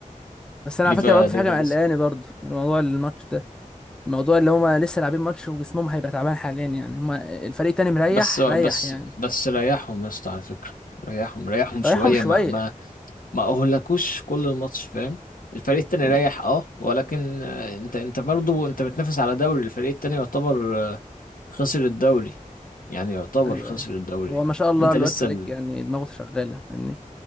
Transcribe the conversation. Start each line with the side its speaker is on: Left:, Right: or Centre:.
Centre: بس أنا
Left: ليفا
Centre: على فكرة برضه
Left: ليفا
Centre: في حاجة
Left: لسه
Centre: مقلقاني برضه من موضوع الماتش ده الموضوع اللي هما لسه لاعبين ماتش وجسمهم هيبقى تعبان حاليا يعني هما الفريق التاني مريح
Left: بس بس
Centre: ريح يعني
Left: بس ريحهم يا اسطى على فكرة ريحهم ريحهم شوية
Centre: ريحهم شوية
Left: ما ما ما اهلكوش كل الماتش فاهم الفريق التاني
Centre: مم.
Left: ريح اه ولكن آه، انت انت برضو انت بتنافس على دوري الفريق التاني يعتبر آه، خسر الدوري يعني يعتبر
Centre: أيوه
Left: خسر
Centre: أيوه
Left: الدوري
Centre: هو ما شاء الله
Left: انت
Centre: الواد
Left: لسه
Centre: فليك
Left: ال...
Centre: يعني دماغه شغالة فاهمني